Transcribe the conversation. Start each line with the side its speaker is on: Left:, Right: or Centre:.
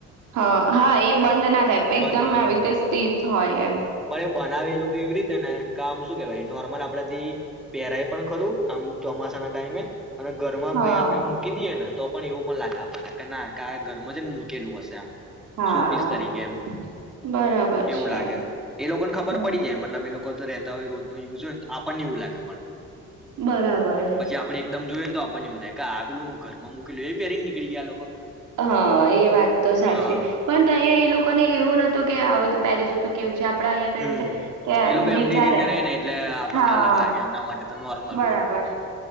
Right: હ, હા એ બંધ ના થાય એકદમ
Centre: બંધ ના
Right: આવી
Centre: થાય
Right: રીતે સ્થિત હોય એમ.
Centre: પણ એ બનાવે એ લોકો એવી રીતે ને કામ શું કેવાય નોર્મલ આપડા થી પેરાય પણ ખરું આમ ચોમાસા ના ટાઈમે અને ઘરમાં આમ
Right: હા
Centre: કંઈ આપડે મૂકી દઈએે ને. તો પણ એવું પણ લાગે આપણને કે ના ઘરમાં જને મુૂકેલું હશે આમ
Right: હા
Centre: સો પીસ તરીકે એમ
Right: બરાબર
Centre: એવું
Right: છે
Centre: લાગે એ લોકોને ખબર
Right: હમ
Centre: પડી જાય મતલબ એ લોકો રહેતા હોય રોજ નો યુઝ હોય ને તો આપણને એવું લાગે પણ
Right: બરાબર
Centre: પછી આપડે એકદમ જોયએને તો આપ ક આ આપેલું ઘર માં મૂકલું એ પેરી નીળ ગયા લોકો
Right: હા એ વાત તો સાચી
Centre: હા
Right: પણ અહીં એ લોકો કોને એવું નતું કે આવ તો પેરિસું તો કેવું છે આપડા અહિયાં તો
Centre: હમ્મ
Right: એવું છે કે
Centre: એ લોકો
Right: વિચારે
Centre: એમની રીતે રે ને એટલે આપણને
Right: હા
Centre: અલગ લાગે એમના માટે તો નોર્મલ
Right: બરાબર
Centre: રોજ